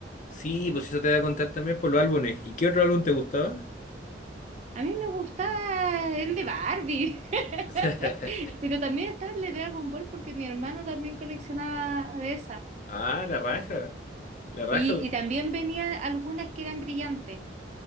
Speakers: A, on the left; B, on the right.
A: sí, pues eso te voy a contar también por los álbumes. ¿Y qué otro álbum te gustaba?
B: A mí me gustaba el de Barbie, <laughs>
A: <laughs>
B: pero también estaba el de Dragon Ball porque mi hermano también coleccionaba de esas.
A: Ah, la raja. La raja.
B: Y, y también venían algunas que eran brillantes.